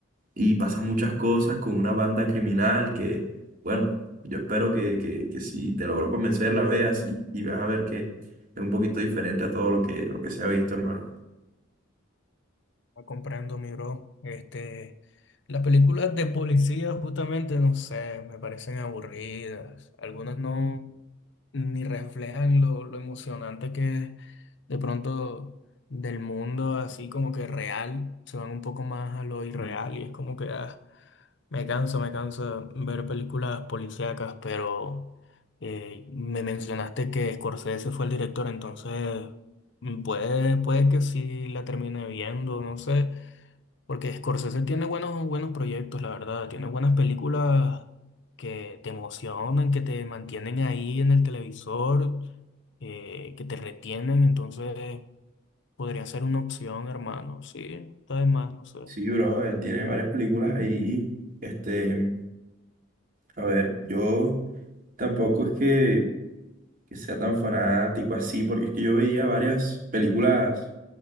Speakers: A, on the right; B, on the left.
A: y pasan muchas cosas con una banda criminal que, bueno, yo espero que, que, que si te logro convencer la veas y, y vas a ver que es un poquito diferente a todo lo que, lo que se ha visto, hermano.
B: Comprendo, mi bro. Este, las películas de policía, justamente, no sé, me parecen aburridas. Algunas no ni reflejan lo, lo emocionante que es de pronto del mundo, así como que real. Se van un poco más a lo irreal y es como que ah, me canso, me canso de ver películas policíacas, pero eh, me mencionaste que Scorsese fue el director, entonces. mm, Puede, puede que sí la termine viendo, no sé. Porque Scorsese tiene buenos, buenos proyectos, la verdad. Tiene buenas películas que te emocionan, que te mantienen ahí en el televisor, eh, que te retienen. Entonces podría ser una opción, hermano. Sí, está de más, no sé.
A: Sí, bro, él tiene varias películas ahí. Este, a ver, yo tampoco es que, que sea tan fanático así, porque es que yo veía varias películas